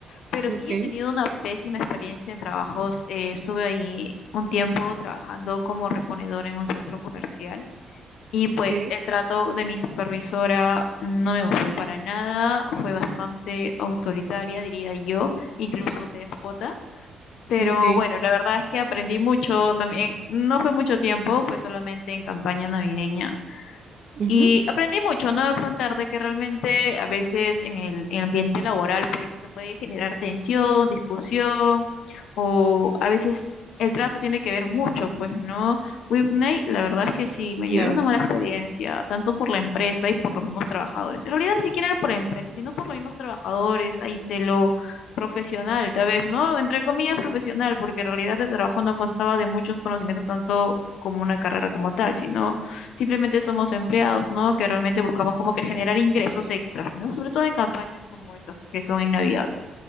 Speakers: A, on the left; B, on the right.
A: Pero
B: Ok,
A: sí he tenido una pésima experiencia en trabajos. eh, estuve ahí un tiempo trabajando como reponedor en un centro comercial Y
B: ok,
A: pues el trato de mi supervisora no me gustó para nada, fue bastante autoritaria, diría yo, incluso déspota. Pero
B: ok,
A: bueno, la verdad es que aprendí mucho también, no fue mucho tiempo, fue solamente en campaña navideña,
B: ujú,
A: y aprendí mucho, ¿no? A afrontar de que realmente a veces en el, en el ambiente laboral pues se puede generar tensión, discusión, o a veces el trato tiene que ver mucho, pues, ¿no? Whitney, la verdad es que sí, me
B: Claro.
A: llevé una mala experiencia, tanto por la empresa y por los mismos trabajadores. En realidad ni siquiera era por la empresa, sino por los mismos trabajadores, ahí celo profesional, tal vez, ¿no? Entre comillas profesional, porque en realidad el trabajo no constaba de muchos conocimientos tanto como una carrera como tal, sino simplemente somos empleados, ¿no? Que realmente buscamos como que generar ingresos extras, ¿no? Sobre todo en campañas como estas que son en Navidad.